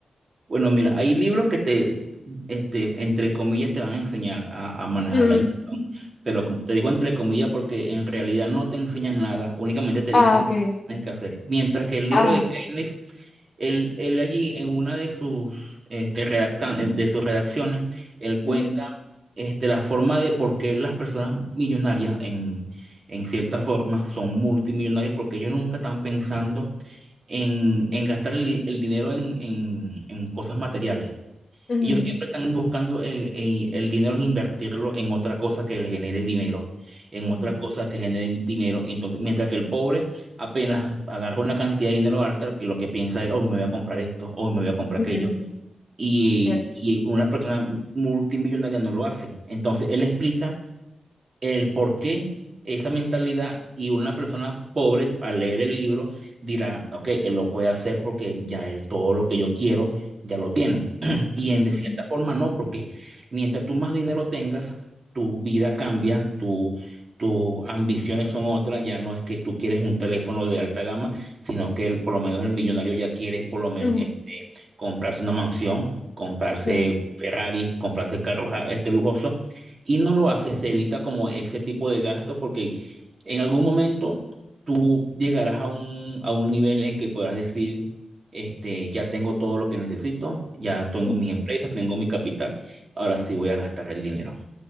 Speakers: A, on the right; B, on the left.
A: Bueno, mira, hay libros que te, este, entre comillas, te van a enseñar a, a manejar
B: Mm,
A: la imagen. Pero como te digo entre comillas porque en realidad no te enseñan nada, únicamente te
B: ah,
A: dicen
B: okay
A: lo que tienes que hacer. Mientras que el libro
B: Ah,
A: de Keynes, él, él allí en una de sus, este, redactan- eh, de sus redacciones, él cuenta
B: Ujú.
A: este, la forma de por qué las personas millonarias, en, en cierta forma, son multimillonarios, porque ellos nunca están pensando en, en gastar el, el dinero en, en- en cosas materiales.
B: mm,
A: Ellos siempre están buscando eh, eh, el dinero es invertirlo en otra cosa que le genere dinero, en
B: mm,
A: otra cosa que genere dinero. Entonces, mientras que el pobre apenas agarra una cantidad de dinero alta, que lo que piensa es, hoy me voy a comprar esto, hoy me voy a comprar
B: mm,
A: aquello. Y,
B: Cierto.
A: y una persona multimillonaria no lo hace. Entonces, él explica el por qué esa mentalidad y una persona pobre al leer el libro dirá, ok, él lo puede hacer porque ya él todo lo que yo quiero ya lo tiene. <clears throat> Y
B: mm,
A: en de cierta forma no, porque mientras tú más dinero tengas, tu vida cambia, tu, tus ambiciones son otras, ya no es que tú quieres un teléfono de alta gama, sino que el- por lo menos el millonario ya quiere por lo menos
B: mm,
A: este, comprarse una mansión, comprarse
B: eh,
A: Ferrari, comprarse carros ah, este, lujosos y no lo haces, se evita como ese tipo de gastos porque en algún momento tú llegarás a un, a un nivel en que podrás decir, este, ya tengo todo lo que necesito, ya tengo
B: mm,
A: mis empresas, tengo mi capital, ahora sí voy a gastar el dinero.